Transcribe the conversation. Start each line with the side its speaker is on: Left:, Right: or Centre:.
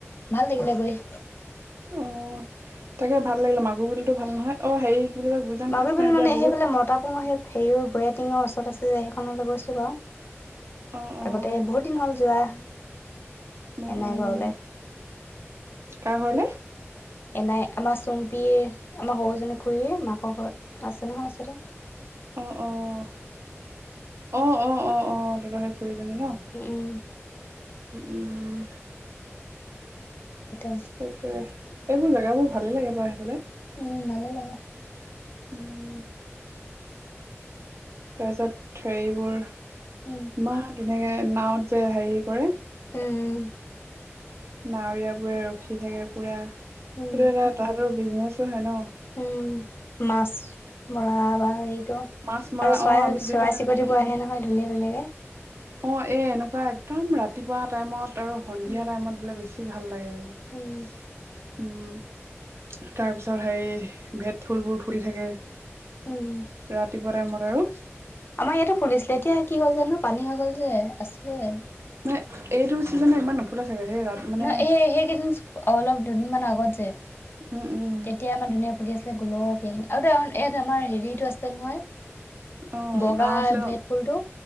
Left: ভাল লাগিলে গৈ।
Right: অ তাকে <unintelligible> ভাল নহয় অ' হেৰি কি বুলি কয় গুইজান
Left: মাগুৰি
Right: ঘাটখন
Left: বিল
Right: এতিয়া
Left: মানে
Right: বহুত
Left: সেইফালে মতা পুং সেই হেৰি গয়া টিঙৰ আছে যে সেইখনলৈ গৈছো বাৰু।
Right: অ অ
Left: আগতে বহুত দিন হ'ল যোৱা।
Right: উম, উম
Left: এনাই ঘৰলে।
Right: কাৰ ঘৰলে?
Left: এনাই আমাৰ চুম্পীৰ আমাৰ সৰুজনী খুুৰীৰ মাকৰ ঘৰত আছে নহয় ওচৰতে।
Right: অ', অ', অ', অ', অ', অ', তহঁতৰ সেই খুৰী জনী ন
Left: উম, উম,
Right: উম,
Left: তাতে
Right: সেইটোয়ে এইবোৰ জেগাবোৰ ভালে লাগে বাৰু হেইফালে।
Left: উম, ভালে লাগে।
Right: উম। তাৰপিছত হেৰিবোৰ ইমান
Left: উম,
Right: ধুনীয়াকে নাৱত যে হেৰি কৰে।
Left: উম।
Right: নাৱৰীয়বোৰে ৰখি থাকে পুৰা। সেইটো
Left: উম।
Right: এটা তাহাঁতৰ বিজনেচো হয় ন!
Left: উম, মাছ মৰা বা এইটো। আৰু
Right: মাছ মৰা
Left: চৰাই
Right: অ', আমি যোনদিনা
Left: চৰাই চিৰিকতিবোৰ
Right: গৈছিলোঁ উম।
Left: আহে নহয় ধুনীয়া ধুনীয়াকে।
Right: অ', এ এনেকুৱা একদম ৰাতিপুৱা টাইমত আৰু সন্ধিয়া
Left: উম,
Right: টাইমত বোলে বেছি ভাল লাগে আৰু।
Left: উম,
Right: <inaudible> উম, তাৰ পিছত হেৰি ভেদ ফুলবোৰ ফুট থাকে।
Left: উম।
Right: ৰাতিপুৱা টাইমত আৰু।
Left: আমাৰ ইয়াতো ফুলিছিলে। এতিয়া কি হ'ল জানো পানী হৈ গ'ল যে আছিলে।
Right: মানে এইটো চিজনত ইমান নুফুলে চাগে সেই ৰাত মানে
Left: নহয় এ সেই সেইকেইদিন অলপ দুদিনমানৰ আগত যে।
Right: উম উম
Left: তেতিয়া আমাৰ ধুনীয়া ফুলি আছিলে গোলপীয়াখিনি আৰু ইয়াত আমাৰ হেৰিটো আছিলে নহয়।
Right: আহ
Left: বগা
Right: নাওঁ আছিলে ন।
Left: ভেট ফুলটো